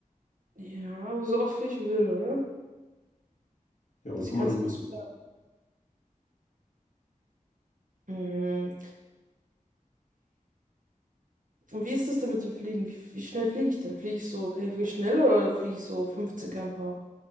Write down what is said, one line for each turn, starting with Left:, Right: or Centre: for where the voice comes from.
Right: ja, aber so oft wie ich will, oder?
Left: Ja, wann
Right: Also,
Left: immer
Right: ich kann
Left: du
Right: es nicht
Left: willst.
Right: ausprobieren. Mhm. Und wie ist das denn mit dem Fliegen? Wie, wie schnell fliege ich denn? Fliege ich so, kann ich fliegen schnell oder fliege ich so 15 km/h?